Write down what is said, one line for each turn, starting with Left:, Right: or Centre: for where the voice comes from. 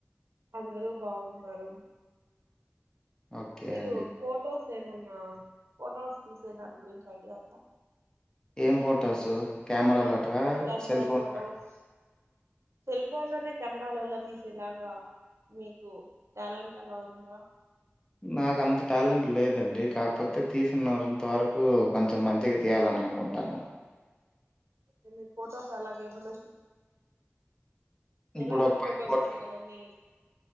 Right: అందరూ బాగున్నారు
Left: ఓకే
Right: మీరు
Left: అండి
Right: ఫొటోస్ ఏమన్నా ఫొటోస్ తీసే దాని గురించి ఐడియా ఉందా
Left: ఏం ఫొటోస్ కెమెరా లో అటువా
Right: కెమెరా
Left: సెల్ ఫోన్లుటు
Right: ఫొటోస్ సెల్ ఫోన్ లోనే కెమెరాలలా తీసేలాగా మీకు టాలెంట్ ఎలా ఉందా
Left: నాకు అంత టాలెంట్ లేదండి కాకపోతే తీసినంత వరకు కొంచెం మంచిగా తీయాలని అనుకుంటాను
Right: ఎని ఫోటోస్ అలాగ ఏమన్ ఎలాంటి
Left: ఇప్పుడు ఒక పది
Right: ఫొటోస్
Left: కోట్ల
Right: తీియాలీ